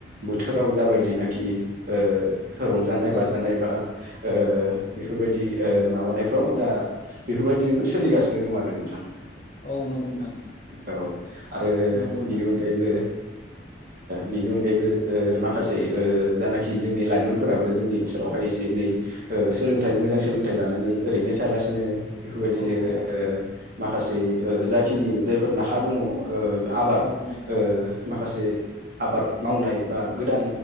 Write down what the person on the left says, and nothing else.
औ
औ नंगौ नोंथां
नंगौ नोंथां
औ
औ
औ नंगौ नोंथां